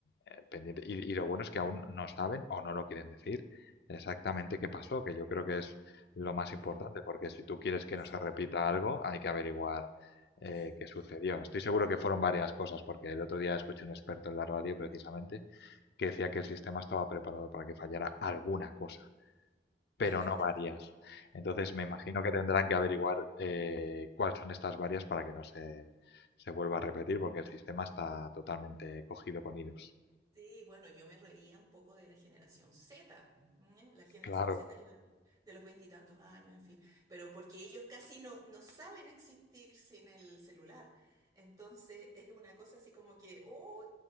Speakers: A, on the left; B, on the right.
A: eh, pendiente. Y, y lo bueno es que aún no saben o no lo quieren decir exactamente qué pasó, que yo creo que es lo más importante,
B: Mm,
A: porque si tú quieres que
B: así
A: no se repita
B: es,
A: algo, hay que averiguar eh,
B: así
A: qué
B: es.
A: sucedió. Estoy seguro que fueron varias cosas, porque el otro día escuché un experto en la radio precisamente que decía que el sistema estaba preparado para que fallara alguna cosa
B: <laughs>
A: pero no varias. Entonces me imagino que tendrán que averiguar eh, cuáles son estas varias para que no se, se vuelva a repetir, porque el sistema está totalmente cogido con hilos.
B: Sí, bueno, yo me reía un poco de la generación Z. ¿eh? La generación
A: Claro,
B: Z es la de los veintitantos años, en fin, pero porque ellos casi no, no saben existir sin el celular. Entonces es una cosa así como que, oh,